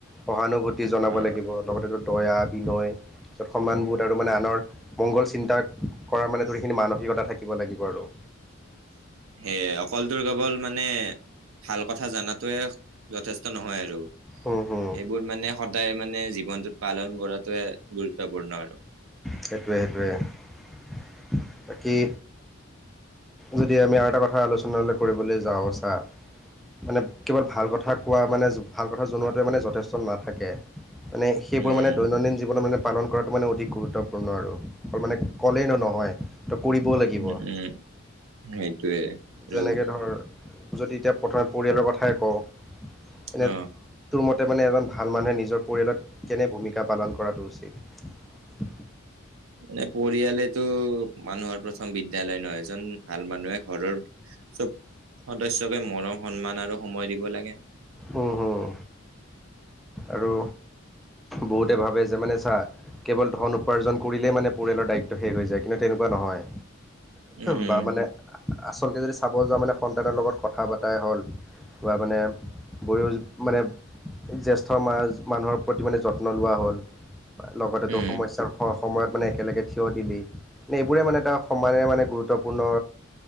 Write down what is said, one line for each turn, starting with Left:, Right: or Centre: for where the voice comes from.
Centre: সহানুভূতি জনাব
Right: অ
Centre: লাগিব লগতেটো দয়া বিনয় সন্মানবোধ আৰু মানে আনৰ মংগল চিন্তা কৰাৰ মানে তোৰ সেইখিনি মানু ৱটা থাকিব লাগিব আৰু
Right: সেয়ে অকল তোৰ কেৱল মানে ভাল কথা জানাতোৱে, যথেষ্ট নহয় আৰু
Centre: হুম হুম
Right: এইবোৰ মানে সদায় মানে জীৱনটোত পালন কৰাতোৱে গুৰুত্বপূৰ্ণ আৰু
Centre: সেইটোৱে, সেইটোৱে বাকী যদি আমি আৰু এটা কথা আলোচনালৈ কৰিবলৈ যাওঁ চা মানে কেৱল ভাল কথা কোৱা মানে ভাল কথা জনোৱাটোৱে মানে যথেষ্ট নাথাকে মানে সেইবোৰ
Right: উম
Centre: মানে দৈনন্দিন জীৱনত মানে পালন কৰাটো মানে অধিক গুৰুত্বপূৰ্ণ আৰু মানে ক'লেই ন নহয় তো কৰিব লাগিব
Right: উম উম সেইটোৱে আৰু
Centre: যেনেকৈ ধৰ যদি এতিয়া প্ৰথমে পৰিয়ালৰ কথাই কওঁ এনে
Right: অ
Centre: তোৰ মতে মানে এজন ভাল মানুহে নিজৰ পৰিয়ালত কেনে ভূমিকা পালন কৰাটো উচিত
Right: মানে পৰিয়ালেতো মানুহৰ প্ৰথম বিদ্যালয় ন, এজন ভাল মানুহে ঘৰৰ চব সদস্যকে মৰম সন্মান আৰু সময় দিব লাগে
Centre: উম, হম। আৰু বহুতে ভাবে যে মানে চা কেৱল ধন উপাৰ্জন কৰিলেই মানে পৰিয়ালৰ দায়িত্ব শেষ হৈ যায় কিন্তু তেনেকুৱা নহয়
Right: উম উম
Centre: বা মানে আচলকে যদি চাব যাঁও মানে সন্তানৰ লগত কথা হ'ল মানে বয় মানে জেষ্ঠ সমাজ মানুহৰ প্ৰতি মানে যত্ন লোৱা হ'ল লগতে তোৰ
Right: উম
Centre: সমস্যাৰ স সময়ত মানে একেলগে থিয় দিলি মানে এইবোৰে মানে এটা সমানে মানে গুৰুত্বপূৰ্ণ